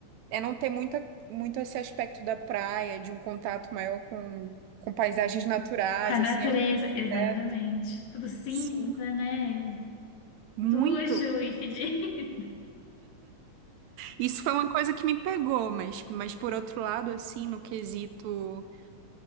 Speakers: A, on the right; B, on the left.
A: é não ter muita, muito esse aspecto da praia, de um contato maior com, com paisagens naturais,
B: Com a natureza,
A: assim,
B: exatamente.
A: é, é-
B: Tudo cinza,
A: sim.
B: né?
A: Muito.
B: Sujo e fedido. <laughs>
A: Isso foi uma coisa que me pegou, mas, mas por outro lado, assim, no quesito